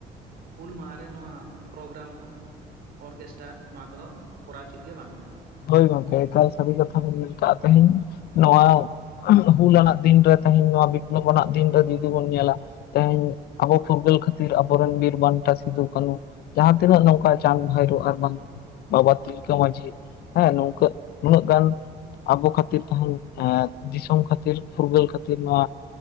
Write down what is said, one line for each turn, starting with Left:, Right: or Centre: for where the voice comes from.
Right: ᱦᱩᱞ ᱢᱟᱦᱟᱨᱮ ᱱᱚᱣᱟ ᱯᱨᱳᱜᱨᱟᱢ ᱚᱨᱠᱮᱥᱴᱟᱨ ᱱᱚᱣᱟ ᱠᱚᱫᱚ ᱠᱚᱨᱟᱣ ᱩᱪᱤᱛ ᱜᱮ ᱵᱟᱝᱟ᱾
Left: ᱦᱳᱭ ᱜᱚᱝᱠᱮ ᱮᱠᱟᱟᱨ ᱥᱟᱹᱨᱤ ᱠᱟᱛᱷᱟ ᱵᱮᱱ ᱞᱮᱭ ᱠᱟᱜ ᱛᱮᱦᱮᱧ ᱱᱚᱶᱟ ᱦᱩᱞ ᱟᱱᱟᱜ ᱫᱤᱱᱨᱮ ᱛᱮᱦᱮᱧ ᱱᱚᱣᱟ ᱵᱤᱯᱞᱚᱵ ᱟᱱᱟᱜ ᱫᱤᱱᱨᱮ ᱡᱩᱫᱤ ᱵᱚᱱ ᱧᱮᱞᱟ᱾ ᱛᱮᱦᱮᱧ ᱟᱵᱚ ᱯᱷᱩᱨᱜᱟᱹᱞ ᱠᱷᱟᱹᱛᱤᱨ ᱟᱵᱚ ᱨᱮᱱ ᱵᱤᱨ ᱵᱟᱱᱴᱟ ᱥᱤᱫᱩ ᱠᱟᱹᱱᱩ ᱡᱟᱦᱟᱸ ᱛᱤᱱᱟᱹᱜ ᱱᱚᱝᱠᱟ ᱪᱟᱸᱜᱽ ᱵᱷᱟᱭᱨᱳ ᱟᱨ ᱵᱟᱝ ᱵᱟᱵᱟ ᱛᱤᱞᱠᱟᱹ ᱢᱟᱡᱷᱤ ᱦᱮᱸ ᱱᱚᱝᱠᱟᱹ ᱱᱩᱱᱟᱹᱜ ᱜᱟᱱ ᱟᱵᱚ ᱠᱷᱟᱹᱛᱤᱨ ᱛᱮᱦᱮᱧ ᱮᱻ ᱫᱤᱥᱚᱢ ᱠᱷᱟᱹᱛᱤᱨ ᱯᱷᱩᱨᱜᱟᱹᱞ ᱠᱷᱟᱹᱛᱤᱨ ᱱᱚᱶᱟ